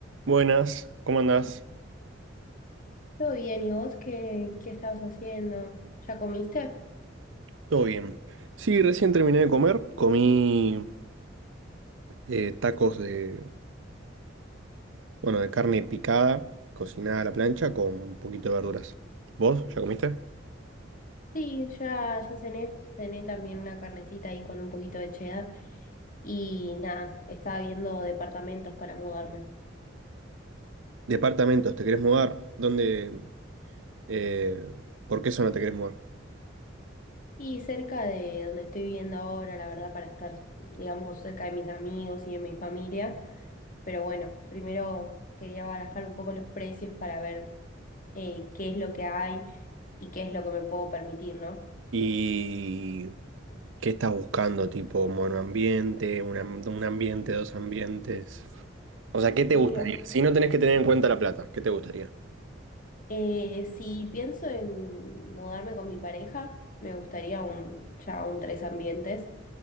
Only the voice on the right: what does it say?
Buenas, ¿cómo andás?
Todo bien. Sí, recién terminé de comer, comí eh, tacos de, bueno, de carne picada, cocinada a la plancha con un poquito de verduras. ¿Vos ya comiste?
Departamentos, ¿te querés mudar? ¿Dónde? eh, ¿por qué zona te querés mudar?
¿Y qué estás buscando? Tipo monoambiente, un, am- un ambiente, dos ambientes. O sea, ¿qué te
gustaría?
Si no tenés que tener en cuenta la plata, ¿qué te gustaría?